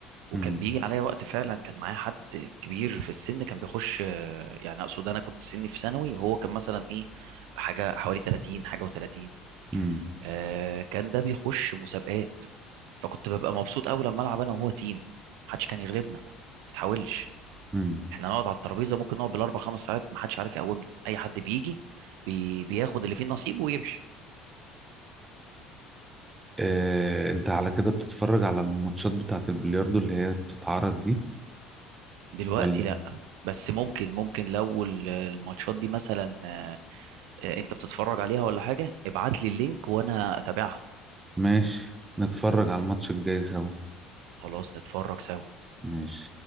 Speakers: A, on the right (about 80°); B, on the right (about 20°).
A: وكان
B: امم
A: بيجي عليا وقت فعلا كان معايا حد كبير في السن كان بيخش آه، يعني اقصد انا كنت سني في ثانوي وهو كان مثلا ايه حاجه حوالي 30 حاجه و30
B: امم
A: آه كان ده بيخش مسابقات فكنت ببقى مبسوط قوي لما العب انا وهو تيم محدش كان يغلبنا ما تحاولش
B: امم
A: احنا نقعد على الترابيزه ممكن نقعد بالاربع خمس ساعات محدش عارف يقومنا اي حد بيجي بي بياخد اللي فيه نصيبه ويمشي
B: آه، انت على كده بتتفرج على الماتشات بتاعة البلياردو اللي هي بتتعرض دي
A: دلوقتي
B: ولا
A: لا بس ممكن ممكن لو ال- الماتشات دي مثلا آه، انت بتتفرج عليها ولا حاجه ابعت لي اللينك وانا اتابعها
B: ماشي نتفرج على الماتش الجاي سوا
A: خلاص نتفرج سوا
B: ماشي